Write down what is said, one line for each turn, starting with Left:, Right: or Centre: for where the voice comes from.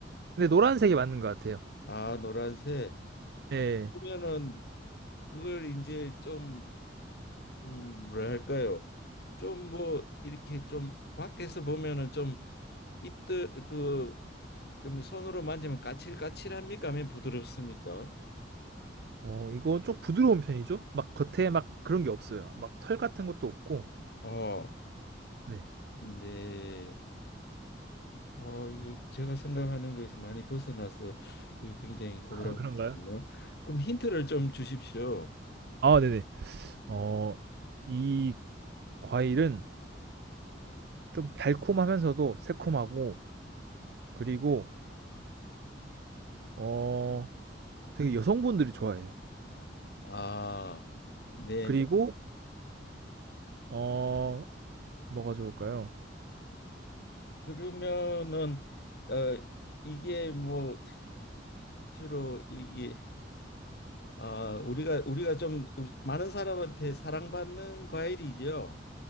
Right: 근데 노란색이 맞는 것 같아요.
Left: 아, 노란색.
Right: 네.
Left: 그러면은 그걸 이제 좀 음, 뭐랄까요? 좀 뭐 이렇게 좀 밖에서 보면은 좀 입들 그 좀 손으로 만지면 까칠까칠합니까? 아니면 부드럽습니까?
Right: 어 이거 좀 부드러운 편이죠? 막 겉에 막 그런 게 없어요. 막 털 같은 것도 없고.
Left: 어,
Right: 네.
Left: 네. 어, 이거 제가 생각하는 거에서 많이 벗어나서 이거 굉장히
Right: <laughs>
Left: 곤란했네요.
Right: 아 그런가요?
Left: 그럼 힌트를 좀 주십시오.
Right: 아 네네. 어 이 과일은 좀 달콤하면서도 새콤하고 그리고 어 되게 여성분들이 좋아해요. 네.
Left: 아, 네네.
Right: 그리고 어 뭐가 좋을까요?
Left: 그러면은 어 이게 뭐 주로 이게 아, 우리가 우리가 좀 우리- 많은 사람한테 사랑받는 과일이죠.